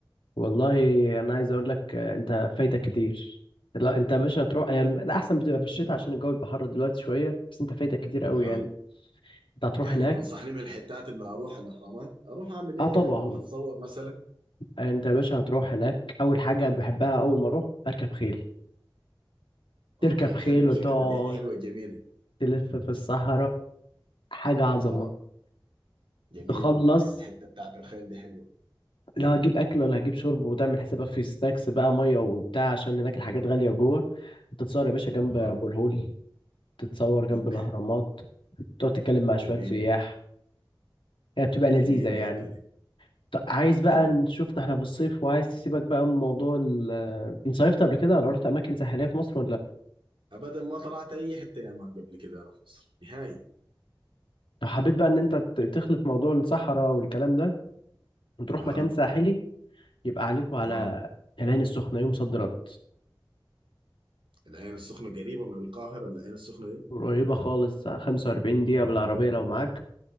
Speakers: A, on the left; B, on the right.
A: والله أنا عايز أقول لك آه، أنت فايتك كتير لا أنت يا باشا هتروح هي الم- الأحسن بتبقى في الشتاء عشان الجو بيبقى حر دلوقتي شوية بس أنت فايتك كتير قوي
B: اها
A: يعني أنت هتروح
B: يعني
A: هناك
B: تنصحني من الحتات اللي اروح الاهرامات اروح اعمل
A: أه
B: ايه
A: طبعا
B: يعني اروح اتصور مثلا
A: أنت يا باشا هتروح هناك أول حاجة بحبها أول ما أروح أركب خيل تركب
B: اوكي
A: خيل
B: حلو الفكره
A: وتقعد
B: دي حلوه جميله
A: تلف في الصحراء حاجة عظمة
B: اها جميل
A: تخلص
B: الحته بتاعت الخيل دي حلوه
A: لا هجيب أكل ولا هجيب شرب وتعمل حسابك في سناكس بقى مية وبتاع عشان هناك الحاجات غالية جوه تتصور يا باشا جنب
B: اها
A: أبو الهول تتصور جنب
B: اوكي
A: الأهرامات تقعد تتكلم مع شوية
B: جميل
A: سياح هي بتبقى لذيذة
B: جميل
A: يعني
B: الحته دي
A: طب عايز بقى
B: حلو
A: نشوفنا احنا في الصيف وعايز تسيبك بقى من موضوع ال انت صيفت قبل كده ولا رحت أماكن ساحلية في مصر ولا لأ؟
B: ابدا ما طلعت اي حته يا مان قبل كده انا في مصر نهائي
A: لو حبيت بقى إن أنت ت- تخلط موضوع الصحراء والكلام ده وتروح
B: اها
A: مكان ساحلي يبقى عليكم على
B: تمام
A: العين السخنة يوم صد رد
B: العين السخنة قريبة من القاهرة العين السخنة دي
A: قريبة خالص 45 دقيقة بالعربية لو معاك